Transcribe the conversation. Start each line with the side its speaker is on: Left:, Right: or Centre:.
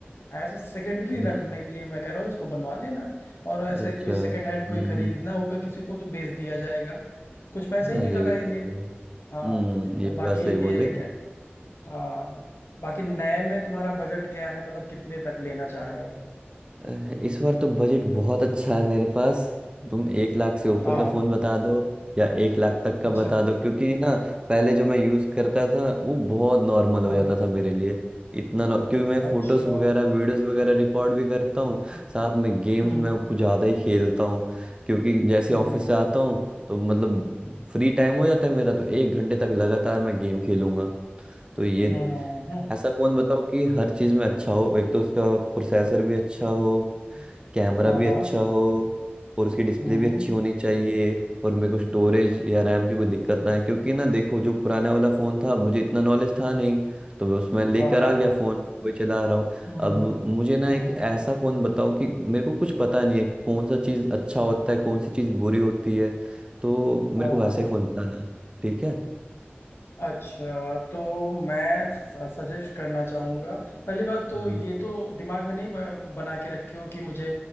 Left: ऐसा सेकेंडरी
Right: हम्म,
Left: रखने के लिए मैं कह रहा हूँ इसको बनवा लेना और ऐसे
Right: अच्छा
Left: कोई सेकेंड
Right: हम्म
Left: हैंड कोई खरीदना
Right: हम्म,
Left: होगा किसी को तो बेच दिया जाएगा कुछ पैसे
Right: हाँ
Left: ही निकल
Right: ये भी
Left: आएंगे
Right: सही है हम्म
Left: हाँ
Right: ये
Left: और
Right: भी
Left: बाकी
Right: बात सही बोले
Left: ये क्या हाँ बाकी नए में तुम्हारा बजट क्या है मतलब कितने तक लेना चाह रहे हो
Right: अ, इस बार तो बजट बहुत अच्छा है मेरे पास तुम एक लाख से ऊपर
Left: हाँ
Right: का फोन बता दो या एक लाख तक का
Left: अच्छा
Right: बता दो क्योंकि ना पहले जो मैं यूज करता था वो बहुत नॉर्मल
Left: हाँ
Right: हो जाता था मेरे लिए इतना नॉ- क्योंकि मैं फोटोज
Left: अच्छा
Right: वगैरह वीडियोस वगैरह रिकॉर्ड भी करता हूँ साथ में गेम्स
Left: हम्म
Right: में कुछ ज्यादा ही खेलता हूँ क्योंकि जैसे
Left: हम्म
Right: ऑफिस से आता हूँ तो मतलब फ्री टाइम हो जाता है मेरा तो एक घंटे तक लगातार मैं गेम खेलूंगा तो ये
Left: हाँ हाँ
Right: ऐसा फोन बताओ कि हर चीज में अच्छा हो एक तो उसका प्रोसेसर भी अच्छा हो कैमरा
Left: हाँ
Right: भी
Left: हाँ
Right: अच्छा हो और उसकी डिस्प्ले
Left: हम्म
Right: भी अच्छी होनी चाहिए और मेरे को स्टोरेज या रैम की कोई दिक्कत ना है क्योंकि ना देखो जो पुराना वाला फ़ोन था मुझे इतना नॉलेज था नहीं तो बस मैं लेकर
Left: हाँ हाँ
Right: आ गया
Left: हाँ
Right: फ़ोन वही चला रहा हूँ
Left: हम्म
Right: अब मुझे ना
Left: हम्म
Right: एक ऐसा फ़ोन बताओ कि मेरे को कुछ पता नहीं है कौन सा चीज़ अच्छा होता है कौन सी चीज़ बुरी होती है तो मेरे
Left: हाँ
Right: को
Left: हाँ
Right: वैसा
Left: हाँ
Right: ही फ़ोन बताना ठीक है
Left: अच्छा तो मैं सजेस्ट करना चाहूँगा पहली बात तो
Right: हम्म,
Left: ये तो दिमाग में नहीं ब- बना के रखे हो कि मुझे